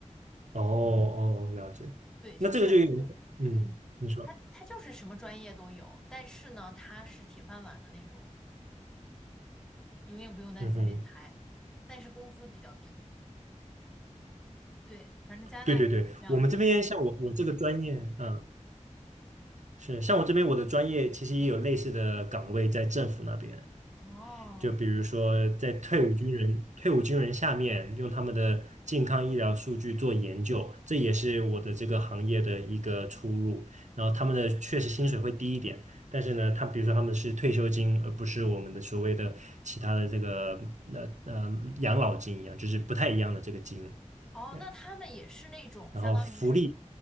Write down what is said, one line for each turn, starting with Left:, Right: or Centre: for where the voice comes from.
Right: 哦哦，哦了解。
Centre: 对，就是。
Right: 那这个就有点，嗯，
Centre: 嗯，
Right: 你说，
Centre: 他他就是什么专业都有，但是呢，他是铁饭碗的那种，永远不用担心被裁，
Right: 嗯哼，
Centre: 但是工资比较低。对，反正加拿大是有这样子的岗位。
Right: 对对对，我们这边像我我这个专业，嗯，是像我这边我的专业其实也有类似的岗位在政府那边，
Centre: 哦
Right: 就比如说，在退伍军人、退伍军人下面，用他们的健康医疗数据做研究，这也是我的这个行业的一个出入。然后他们的确实薪水会低一点，但是呢，他比如说他们是退休金，而不是我们的所谓的其他的这个那呃呃养老金一样，就是不太一样的这个金。
Centre: 哦，
Right: 对，
Centre: 那他们也是那种相当于是
Right: 然后福利，